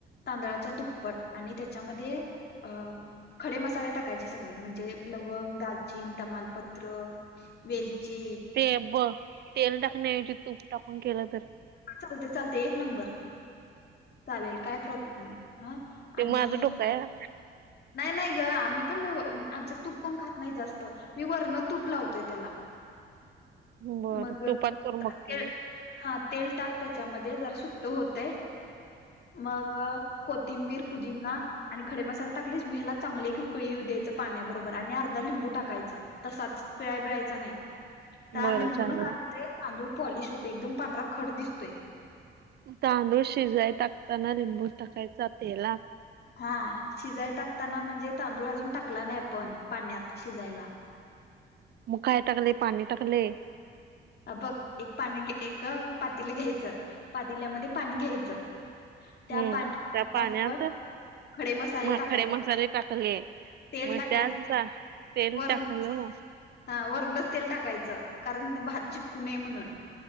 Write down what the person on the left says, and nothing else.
तांदळाच्या दुप्पट आणि त्या त्याच्यामध्ये अ खडे मसाले टाकायचे सगळे म्हणजे लवंग, दालचीन, तमालपत्र वेलची
चालते चालते एक नंबर! चालेल काय प्रॉब्लेम नाही ह
आणि
नाही नाही ग आम्ही पण नव्ह आमच्यात तूप कोण खात नाही जास्त. मी वरनं तूप लावतोय त्याला
मग
ते
हा तेल टाक त्याच्यामध्ये जरा सुट्ट होत मग कोथिंबीर पुजिना आणि. खडे मसाला टाकलीस म्याला चांगले एक उकळी द्यायचं पाण्याबरोबर आणि अर्धा लिंबू टाकायचं. तसाच पिळाबिळायचा नाही त्या
लिंबू
न खाते तांदूळ पॉलिश होते एकदम पांढरा खड दिसतोय.
हा शिजाय टाकताना म्हणजे तांदूळ अजून टाकला नाही आपण पाण्यात शिजायला
अ बघ एक पाणी एक पातीले घ्यायचं पातील्यामध्ये पाणी घ्यायचं त्या
पाण्यामध्ये
आपण खडे मसाले
टाकायचं
तेल
टाकायचं
वरण
हा वरणच तेल टाकायचं कारण भात चिटकू नये म्हणून